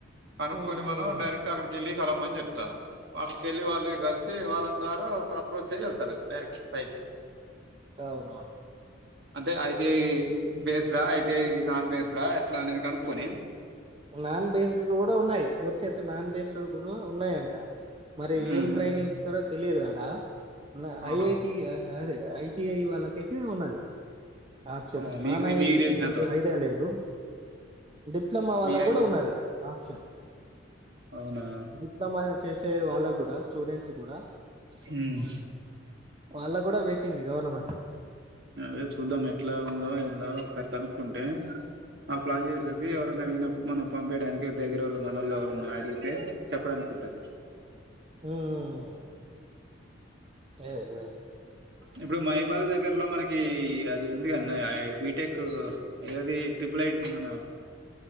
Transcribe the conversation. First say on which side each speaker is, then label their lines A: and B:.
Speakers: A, on the right (about 55°); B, on the right (about 30°).
A: కనుక్కొని
B: ఉమ్
A: మనం డైరెట్క్ అక్కడికి వెళ్లి కలం మని చెప్తా పాలు చెల్లి వాళ్ళు కలిసి వాళ్ళంద అ అప్పుడు అప్పుడు వచ్చి వెళ్తారు డైరక్ట్ పైకి
B: అవును అవును
A: అంటే ఐటిఐ బేస్డా ఐటిఐ నాన్ బేస్డ్ ఎట్లా అనేది కనుక్కోని
B: నాన్ బెస్ కూడా ఉన్నాయి కోర్సెస్ నాన్ బెసేస్ కూడా ఉన్నాయంట మరి
A: మ్మ్
B: ఏం ట్రైనింగ్ ఇస్తారో తెలియదు గడా
A: ఆ
B: ఐఐటి అదే ఐటిఐ వాళ్ళకైతే ఉన్నది ఆప్షన్
A: ఆ మీకు
B: నాన్ ఐఐటి
A: మీకు తెలిసినంత
B: నాకు
A: వరకు
B: ఐడియా లేదు డిప్లమ్ వాళ్ళ
A: మీ
B: కూడా
A: ఐడియా
B: ఉన్నది అప్ప ఆప్షన్
A: అవునా
B: డిప్లొమా చేసే వాళ్ళకు కూడా స్టూడెంట్స్ చు కూడా
A: హ్మ్మ్
B: వాళ్ల కూడా పెట్టింది గవర్నమెంట్
A: అదే చూద్దాం ఎట్లా ఉందో ఏందో ఒకసారి కనుక్కుంటే ప్లాన్ చేసేసి ఎవరైనా అడిగినప్పుడు మనం పంపియిడానికి దగ్గర వాళ్ళు మనల్లో ఎవరన్నా అడిగితే చెప్పడానికి ఉంటది
B: ఉమ్మ్ ఆదే అదే
A: ఇప్పుడు మహిబాబ దగ్గరలో మనకి అది ఉంది కన్న బీటెక్ ఏది ట్రిపుల్ ఐటీ మన